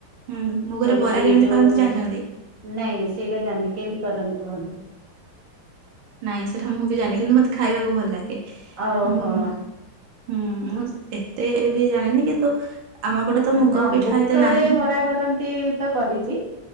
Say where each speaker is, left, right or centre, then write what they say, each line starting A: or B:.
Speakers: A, on the right; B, on the right.
A: ହୁଁ- ମୁଗ
B: ଯୋଉଠି
A: ରେ ବରା କେମିତି
B: ଯୋଉ
A: କରନ୍ତି ଜାଣିଚନ୍ତି?
B: ନାଇଁ ସେଇଟା ଜାଣିନି କେମିତି କରନ୍ତୁ କୁହନ୍ତୁ?
A: ନାଇଁ ସେଟା ମୁଁ ବି ଜାଣିନି କିନ୍ତୁ ମତେ ଖାଇବାକୁ ଭଲ ଲାଗେ
B: ଓହୋ
A: ମୁଁ ହୁଁ ମୁଁ ଏତେ ବି ଜାଣିନି କିନ୍ତୁ ଆମ ପଟେ ତ
B: ଆଁ
A: ମୁଗ
B: -ହଁ
A: ପିଠା
B: ବୁଟରେ
A: ଏତେ ନାହିଁ
B: ବରା କରନ୍ତି ତ କରିଚି।